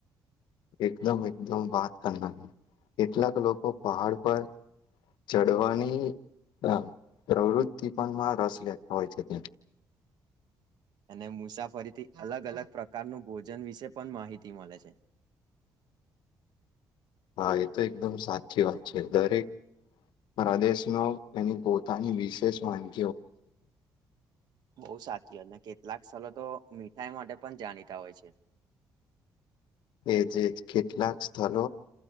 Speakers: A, on the left; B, on the right.
A: એકદમ, એકદમ વાત કરનારની, કેટલાક લોકો પહાડ પર ચડવાની હમ, પ્રવૃતિ પણમાં રસ લેતા હોય છે, તેમ
B: અને મુસાફરીથી અલગ, અલગ પ્રકારનું ભોજન વિશે પણ માહિતી મળે છે. <unintelligible>
A: હા, એ તો એકદમ સાચી વાત છે, દરેક પ્રદેશમા એની, પોતાની વિશેષ વાની
B: બઉ સાચી, એ કે લાક સલોતો મીઠાઈ, માટે પણ જાણીતા હોય છે.
A: એજ, કેટલાક સ્થળ